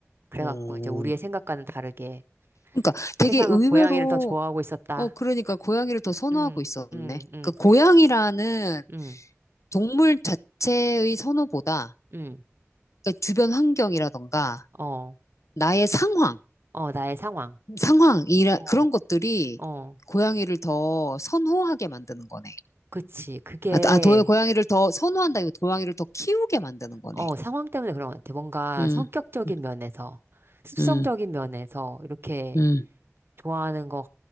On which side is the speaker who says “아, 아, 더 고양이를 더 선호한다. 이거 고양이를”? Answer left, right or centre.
Left